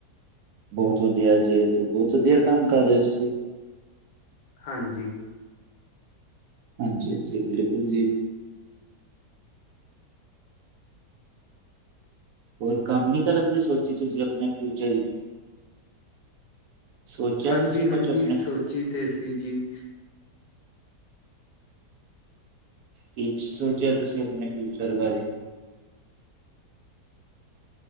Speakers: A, on the right; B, on the left.
A: ਬਹੁਤ ਵਧੀਆ ਜੀ, ਇੱਥੇ ਬਹੁਤ ਵਧੀਆ ਕੰਮ ਕਰ ਰਹੇ ਹੋ ਤੁਸੀਂ।
B: ਹਾਂਜੀ।
A: ਹਾਂਜੀ-ਹਾਂਜੀ, ਬਿਲਕੁਲ ਜੀ। ਹੋਰ ਕੰਮ ਨੀ ਕਰਨ ਦੀ ਸੋਚੀ ਤੁਸੀਂ ਆਪਣੇ ਫਿਊਚਰ 'ਚ' ਸੋਚਿਆ
B: ਹਾਂਜੀ-ਹਾਂਜੀ
A: ਤੁਸੀਂ ਕੁਛ ਆਪਣੇ
B: ਸੋਚੀ ਤੇ ਸੀ ਜੀ।
A: ਕੀ ਸੋਚਿਆ ਤੁਸੀਂ ਆਪਣੇ ਫਿਊਚਰ ਬਾਰੇ?